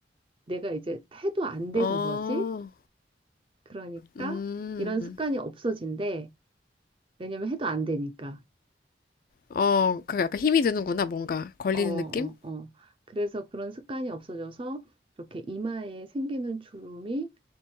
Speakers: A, on the right (about 30°); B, on the left (about 50°).
A: 내가 이제 해도 안 되는
B: 어,
A: 거지. 그러니까
B: 음,
A: 이런 습관이 없어진대. 왜냐면 해도 안 되니까.
B: 어, 그 약간 힘이 드는구나, 뭔가. 걸리는
A: 어, 어,
B: 느낌?
A: 어. 그래서 그런 습관이 없어져서 이렇게 이마에 생기는 주름이